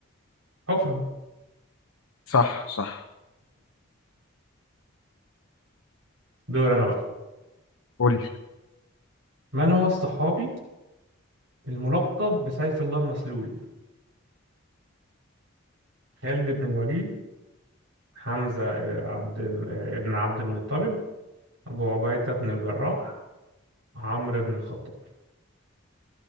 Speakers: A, on the right; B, on the left.
A: حفرة
B: صح صح
A: دور أنا بقى
B: قول لي
A: من هو الصحابي الملقب بسيف الله المسلول خالد بن الوليد حمزة آه، عبد ال- آه، ابن عبد المطلب أبو عبيدة بن الجراح عمرو بن الخطاب